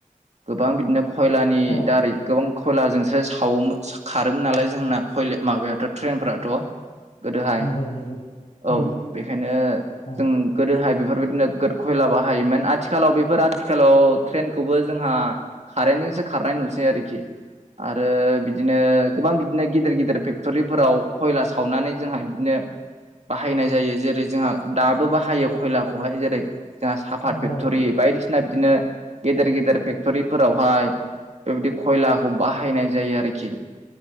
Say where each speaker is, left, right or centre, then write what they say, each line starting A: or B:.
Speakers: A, on the right (about 55°); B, on the left (about 60°).
A: गोबां बिदिनो खयलानि
B: औ
A: दारै गोबां। खयलाजोंसो सावोमोन खारोमोन नालाय जोंना खय माबायाथ' ट्रेनफ्राथ'। गोदोहाय
B: नंगौ नंगौ उम
A: औ बेखायनो
B: औ
A: जों गोदोहाय बे बेफोर बायदिनो नोगोद खयला बाहायोमोन आथिखालाव बेफोर आथिखालाव ट्रेनखौबो जोंहा कारेन्टजों सो खारनाय नुसै आरोखि। आरो बिदिनो गोबां बिदिनो गिदिर गिदिर फेक्टरिफोराव खयला सावनानै जोंहा बिदिनो बाहायनाय जायो जेरै जोंहा दाबो बाहायो खयलाखौहाय जेरै जोंहा साफात
B: औ
A: फेक्ट'रि बायदिसिना बिदिनो गेदेर गेदेर फेख थ'रिफोरावहाय बेबायदि खयलाखौ बाहायनाय जायो आरोखि।